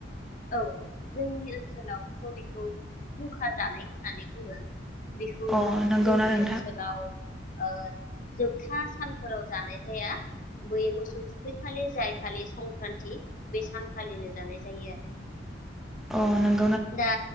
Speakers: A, on the left; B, in the centre.
A: औ जोंनि ओनसोलावथ' बेखौ खुंखा जानाय होननानै बुङो बेखौ
B: अ नंगौना
A: जोंनि
B: नोंथां
A: ओनसोलाव ओ जोबथा सानफोराव जानाय जाया बै मोसौ थुखैखालि जाय खालि संक्रान्ति बे सान फालिनो जानाय जायो आरो
B: अ नं
A: दा